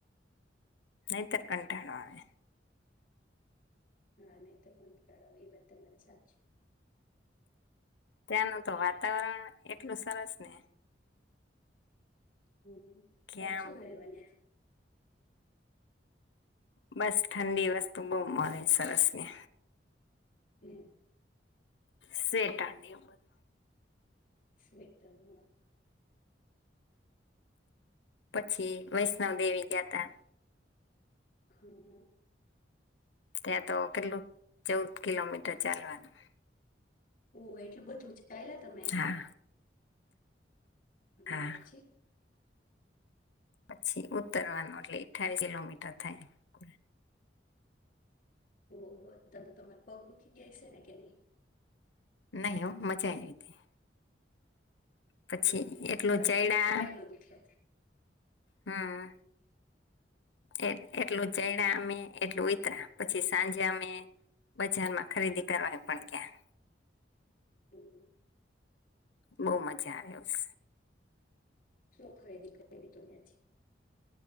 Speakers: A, on the left; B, on the left.
A: નહીતર કંટાળો આવે.
B: હા નહીતર કંટાળો ઈ વાતે તમારી સાચી.
A: ત્યાંનું તો વાતાવરણ એટલું સ સરસ ને.
B: હમ
A: કે
B: તમે
A: આમ
B: શું લેવાન્ય.
A: બસ. ઠંડી વસ્તુ બહુ મળે સરસ. ને
B: ની.
A: સ્વેટર ને એવું બધું
B: સ્વેટર મ
A: પછી વસ તન દેવી ગયા ત્યા.
B: ખબર.
A: ત્યા તો. કલો ચૌથ. કિલોમીટર ચાલવાનું.
B: ઓ એટલું બધું જ. ચાયલા તમે?
A: હા
B: હ
A: હા
B: વછી.
A: પછી ઉતરવાનું એટલે ઈઠ્ઠાવી કિલોમીટર થાય.
B: ઓહ ઓહ તો તમાર પગ દુખી ગયા હશે છે કે નહિ?
A: નહીં હો મજા આવી તી. પછી
B: હમ
A: એટલું
B: હરખા હરખા
A: ચેયડા,
B: હોય એટલે કાંઈ ન દુખે
A: હા, એ એટલું ચેયડા અમે એટલું ઉતરા, પછી સાંજે અમે બજારમાં ખરીદી કરવા પણ ગયા.
B: હમ્મ
A: બહુ મજા આવ્યોસ.
B: શું ખરીદી કરી આવી તમે?